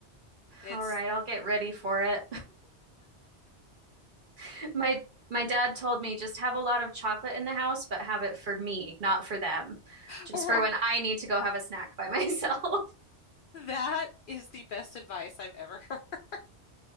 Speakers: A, on the left; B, on the right.
A: It's
B: All right, I'll get ready for it. <laughs> My my dad told me just have a lot of chocolate in the house, but have it for me, not for them.
A: <laughs>
B: Just
A: right.
B: for when I need to go have a snack by myself.
A: That is the best advice I've ever heard. <laughs>